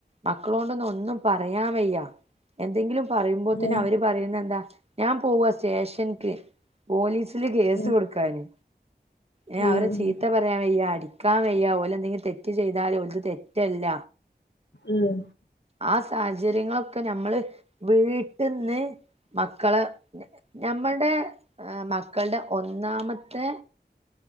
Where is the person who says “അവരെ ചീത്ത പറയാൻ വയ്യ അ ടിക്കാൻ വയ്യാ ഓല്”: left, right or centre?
Right